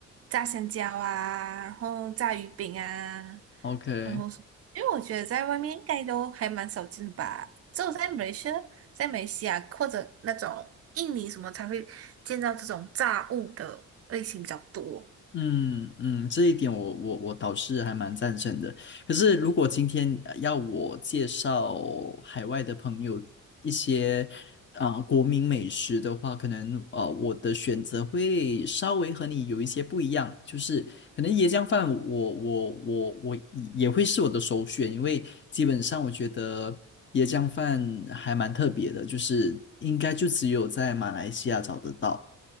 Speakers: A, on the right; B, on the left.
A: 炸香蕉啊，然后炸鱼饼啊，
B: ？OK，
A: 然后什因为我觉得在外面应该都还蛮少见的吧，只有在美来西亚在美来西亚或者那种印尼什么才会见到这种炸物的类型比较多。
B: 嗯嗯，这一点我我我倒是还蛮赞成的。可是如果今天呃要我介绍海外的朋友一些啊、呃国民美食的话，可能呃我的选择会稍微和你有一些不一样，就是可能椰浆饭我我我我也会是我的首选，因为基本上我觉得椰浆饭还蛮特别的，就是应该就只有在马来西亚找得到。